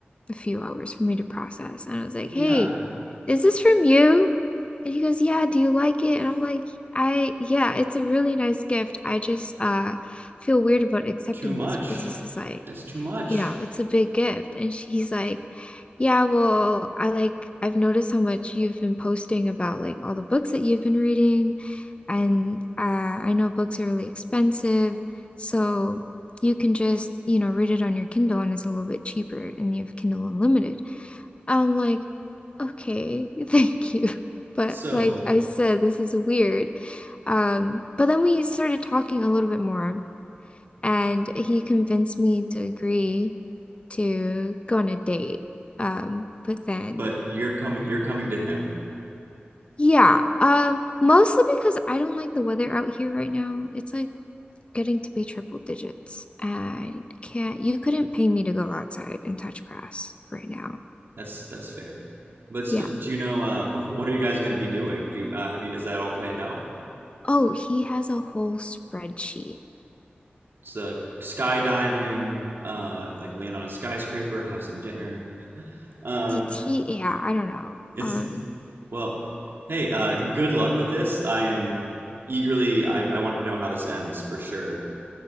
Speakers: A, on the left (about 30°); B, on the right (about 70°).
A: a few hours for me to process, and I was like,
B: Yeah.
A: "Hey, is this from you?" And he goes, "Yeah, do you like it?" And I'm like, "I yeah, it's a really nice gift. I just uh feel weird about accepting
B: Too much.
A: this because this is like,
B: That's too much.
A: you know, it's a big gift." And she's like, "Yeah, well, I like I've noticed how much you've been posting about like all the books that you've been reading." and uh, I know books are really expensive, so you can just, you know, read it on your Kindle and it's a little bit cheaper and you have Kindle Unlimited. I'm like, okay, <laughs> thank you. But
B: So
A: like I said, this is weird. Um, but then we started talking a little bit more, and he convinced me to agree to go on a date. Um, but then
B: but you're coming you're coming to him.
A: Yeah, um, mostly because I don't like the weather out here right now. It's like getting to be triple digits. I can't, you couldn't pay me to go outside and touch grass right now.
B: That's that's fair. But still,
A: Yeah.
B: do you know uh, <laughs> what are you guys going to be doing? Do you uh, have you is that all planned out?
A: Oh, he has a whole spreadsheet.
B: It's uh, skydiving, uh, like land on a skyscraper, have some dinner. Um,
A: D- T yeah, I don't know.
B: it's
A: Um,
B: well, hey, uh, good luck with this. I am eagerly. I, I want to know how this ends for sure.